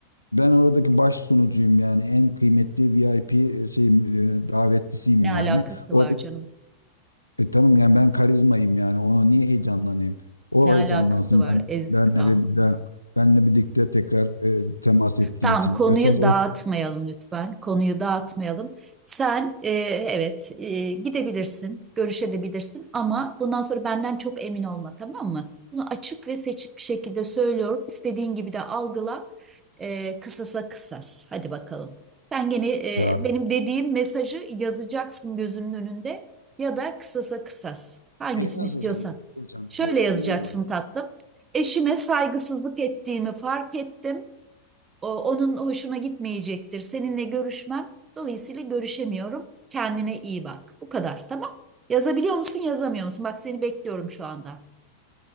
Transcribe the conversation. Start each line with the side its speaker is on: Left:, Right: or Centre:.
Left: ben oradaki baş sunucuyum yani en kıymetli VIP şey davetlisiyim
Right: Ne
Left: yani.
Right: alakası
Left: orada
Right: var canım?
Left: e, tamam yani ben karizmayım yani ona niye heyecanlanayım? O
Right: Ne alakası
Left: heyecanlansın
Right: var?
Left: ben
Right: E,
Left: benle
Right: aa,
Left: birlikte benle birlikte tekrar e, temas ettiği
Right: Tamam
Left: için.
Right: konuyu
Left: Esas o
Right: dağıtmayalım lütfen. Konuyu dağıtmayalım. Sen e, evet e, gidebilirsin, görüşebilirsin ama bundan sonra benden çok emin olma tamam mı? Bunu açık ve seçik bir şekilde söylüyorum. İstediğin gibi de algıla. E, kısasa kısas. Hadi bakalım. Sen gene e,
Left: ya
Right: benim dediğim mesajı yazacaksın gözümün önünde ya da kısasa kısas. Hangisini
Left: ne yazacağım?
Right: istiyorsan.
Left: Ne yazacağım?
Right: Şöyle
Left: Şöyle
Right: yazacaksın
Left: ne yazacağım?
Right: tatlım. Eşime saygısızlık ettiğimi fark ettim o- onun hoşuna gitmeyecektir. Seninle görüşmem. Dolayısıyla görüşemiyorum. Kendine iyi bak. Bu kadar. Tamam. Yazabiliyor musun, yazamıyor musun? Bak seni bekliyorum şu anda.